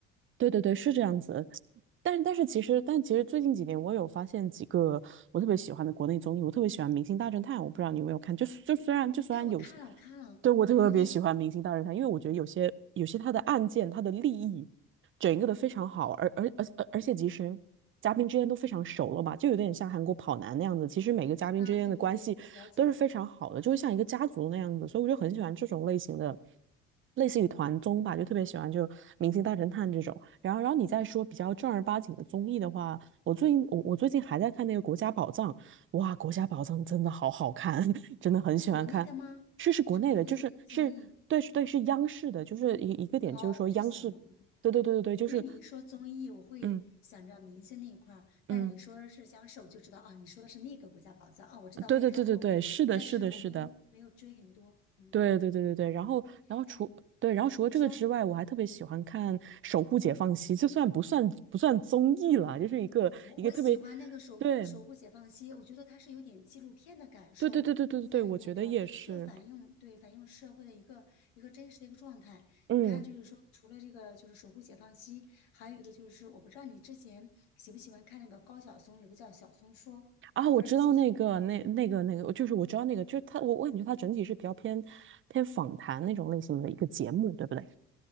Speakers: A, on the right; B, on the left.
A: 对对对，是这样子但但是其实，但其实最近几年，我有发现几个我特别喜欢的国内综艺，我特别喜欢《明星大侦探》，我不知道你有没有看。就就虽然就虽然有些，
B: 哎，我看了，我看了，
A: 对我特别喜欢《明星大侦探》，
B: 对对对，
A: 因为我觉得有些有些他的案件，他的利益，整一个的非常好，而而而而而且其实嘉宾之间都非常熟了吧，就有点像韩国跑男那样子。其实每个嘉宾之间的关系都是非常好的，
B: 啊，对对对，了解，
A: 就会像一个家族那样子，所以我就很喜欢这种类型的，类似于团综吧，就特别喜欢就《明星大侦探》这种。然后，然后你再说比较正儿八经的综艺的话，我最近我我最近还在看那个《国家宝藏》，哇，《国家宝藏》真的好好看，<laughs> 真的很喜欢看。
B: 是国内的吗？
A: 是是国内的，
B: 是国内的一综艺
A: 就是是对是对是央视的，就是一一个点就是说央视，
B: 哦，我就想嘛，
A: 对对对对对，就是
B: 因为你一说综艺，我会想着明星那一块儿，
A: 嗯
B: 但你说是僵尸，
A: 嗯，
B: 我就知道啊，你说的是那个国家宝藏啊，我知道我也看过，
A: 对对对对对，是的是的是的。
B: 但是我没有没有追很多。嗯，
A: 对对对对对，然后然后除对，
B: 哎，
A: 然后除了这个之外，
B: 你说
A: 我还特别喜欢看《守护解放西》，就算不算不算综艺了，就是一个一个特别，
B: 我我喜欢那个守护守护解放西，
A: 对
B: 我觉得它是有点纪录片的感受在里面，
A: 对对对对对对，我觉得也是，
B: 你知道吗？就反映对反映社会的一个一个真实的一个状态。
A: 嗯
B: 你看，就是说除了这个就是守护解放西，还有一个就是我不知道你之前喜不喜欢看那个高晓松，有个叫《晓松说》，
A: 啊，我知道那个那那个那个，
B: 不知道你喜不喜欢看。
A: 就是我知道那个，就是他，我我感觉他整体是比较偏偏访谈那种类型的一个节目，对不对？